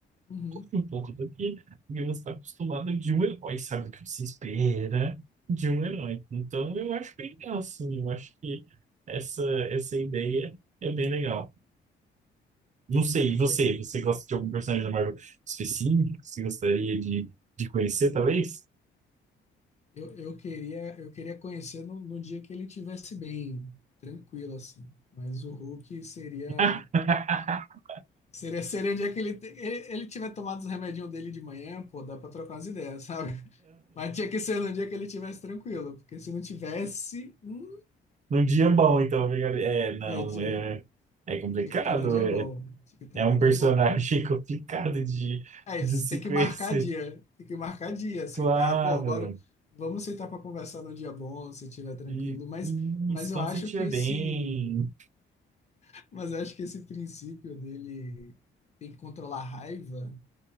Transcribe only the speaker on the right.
Um pouco do que do que você está acostumado de um herói, sabe? Do que você espera de um herói. Então, eu acho bem legal, assim, eu acho que essa, essa ideia é bem legal. Não sei,
e
você? Você gosta de algum personagem da Marvel específico? Você gostaria de, de conhecer, talvez?
<laughs>
Num dia bom, então, fica- é, não,
é, é complicado,
é,
é
um personagem
<laughs> complicado de,
de
se
conhecer,
claro,
e,
e
isso,
quando
você estiver
bem,